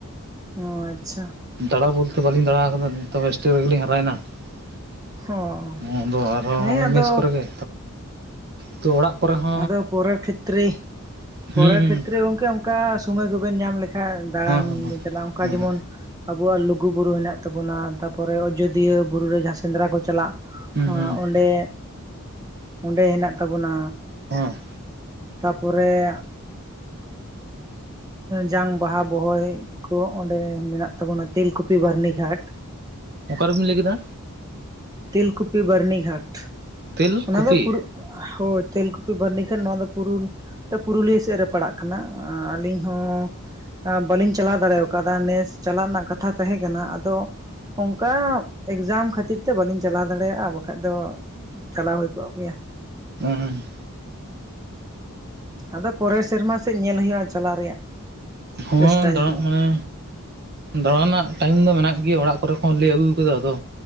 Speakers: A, on the right; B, on the right.
A: ᱚ ᱟᱪᱪᱷᱟ
B: ᱫᱟᱬᱟ ᱵᱚᱞᱛᱮ ᱵᱟᱹᱞᱤᱧ ᱫᱟᱲᱟ ᱟᱠᱟᱫᱟ ᱱᱤᱛᱚ ᱦᱚᱥᱴᱮᱞ ᱨᱮᱜᱮᱞᱧ ᱦᱟᱨᱮᱱᱟ <unintelligible>
A: ᱚ
B: ᱱᱚᱣᱟ ᱫᱚ ᱟᱨᱦᱚᱸ
A: ᱦᱮᱸ
B: ᱦᱚᱸᱜᱼᱚᱭ
A: ᱟᱫᱚ
B: ᱢᱮᱥ ᱠᱚᱨᱮ ᱜᱮ ᱛᱚ ᱚᱲᱟᱜ ᱠᱚᱨᱮ ᱦᱚᱸ
A: ᱟᱫᱚ ᱯᱚᱨᱮᱨ ᱠᱷᱮᱛᱨᱮ ᱯᱚᱨᱮᱨ
B: ᱦᱩᱸ ᱦᱩᱸ
A: ᱠᱷᱮᱛᱨᱮ ᱜᱚᱝᱠᱮ ᱚᱝᱠᱟ ᱥᱚᱢᱚᱭ ᱠᱚᱵᱮᱱ ᱧᱟᱢ ᱞᱮᱠᱷᱟᱱ ᱦᱮᱸ ᱫᱟᱬᱟᱱ
B: ᱦᱮᱸ
A: ᱵᱧ ᱪᱟᱞᱟᱜᱼᱟ ᱚᱱᱠᱟ
B: ᱦᱮᱸ
A: ᱡᱮᱢᱚᱱ
B: ᱦᱮᱸ
A: ᱟᱵᱚᱣᱟᱜ ᱞᱩᱜᱩ ᱵᱩᱨᱩ ᱦᱮᱱᱟᱜ ᱛᱟᱵᱚᱱᱟ ᱛᱟᱯᱚᱨᱮ ᱟᱡᱚᱫᱤᱭᱟᱹ ᱵᱩᱨᱩ ᱨᱮ ᱡᱟᱦᱟᱸ ᱥᱮᱸᱫᱽᱨᱟ ᱠᱚ ᱪᱟᱞᱟᱜ
B: ᱦᱮᱸ ᱦᱩᱸ
A: ᱚᱸᱰᱮ ᱚᱸᱰᱮ ᱦᱮᱱᱟᱜ ᱛᱟᱵᱚᱱᱟ
B: ᱦᱩᱸ
A: ᱛᱟᱯᱚᱨᱮ ᱡᱟᱝ ᱵᱟᱦᱟ ᱵᱚᱦᱚᱭ ᱠᱚ ᱚᱸᱰᱮ ᱢᱮᱱᱟᱜ ᱛᱟᱵᱚᱱᱟ ᱛᱮᱞᱠᱩᱯᱤ ᱵᱟᱹᱨᱱᱤᱜᱷᱟᱴ
B: ᱚᱠᱟᱨᱮᱢ ᱞᱟᱹᱭ ᱠᱮᱫᱟ
A: ᱛᱮᱞᱠᱩᱯᱤ ᱵᱟᱹᱨᱱᱤᱜᱷᱟᱴ
B: ᱛᱮᱞ
A: ᱚᱱᱟ
B: ᱠᱩᱯᱤ
A: ᱫᱚ ᱯᱩᱨᱩ ᱦᱳᱭ ᱛᱮᱞ ᱠᱩᱯᱤ ᱵᱷᱟᱹᱱᱤ ᱜᱷᱟᱴ ᱱᱚᱣᱟ ᱫᱚ ᱯᱩᱨᱩ ᱚᱱᱛᱮ ᱯᱩᱨᱩᱞᱤᱭᱟᱹ ᱥᱮᱫ ᱨᱮ ᱯᱟᱲᱟᱜ ᱠᱟᱱᱟ ᱟᱹᱞᱤᱧ ᱦᱚᱸ ᱟ ᱵᱟᱹᱞᱤᱧ ᱪᱟᱞᱟᱣ ᱫᱟᱲᱮ ᱟᱠᱟᱣᱫᱟ ᱱᱮᱥ ᱪᱟᱞᱟᱜ ᱨᱮᱱᱟᱜ ᱠᱟᱛᱷᱟ ᱛᱟᱦᱮᱸ ᱠᱟᱱᱟ ᱟᱫᱚ ᱚᱱᱠᱟ ᱮᱠᱡᱟᱢ ᱠᱷᱟᱹᱛᱤᱨ ᱛᱮ ᱛᱮ ᱵᱟᱹᱞᱤᱧ ᱪᱟᱞᱟᱣ ᱫᱟᱲᱮᱭᱟᱜᱼᱟ ᱵᱟᱠᱷᱟᱡ ᱫᱚ ᱪᱟᱞᱟᱣ ᱦᱩᱭ ᱠᱚᱜ ᱜᱮᱭᱟ
B: ᱦᱩᱸ
A: ᱟᱫᱚ ᱯᱚᱨᱮ ᱥᱮᱨᱢᱟ ᱥᱮᱫ ᱧᱮᱞ ᱦᱩᱭᱩᱜᱼᱟ ᱪᱟᱞᱟᱜ ᱨᱮᱭᱟᱜ
B: ᱦᱚᱸ
A: ᱪᱮᱥᱴᱟᱭ
B: ᱫᱟᱲᱟᱜ
A: ᱦᱩᱭᱩᱜᱼᱟ
B: ᱢᱟᱱᱮ ᱫᱟᱬᱟᱱᱟᱜ ᱴᱟᱭᱤᱢ ᱫᱚ ᱢᱮᱱᱟᱜ ᱜᱮᱭᱟ ᱚᱲᱟᱜ ᱠᱚᱨᱮ ᱠᱷᱚᱱ ᱞᱮᱟᱹᱭ ᱟᱹᱜᱩ ᱟᱠᱟᱫᱟ ᱟᱫᱚ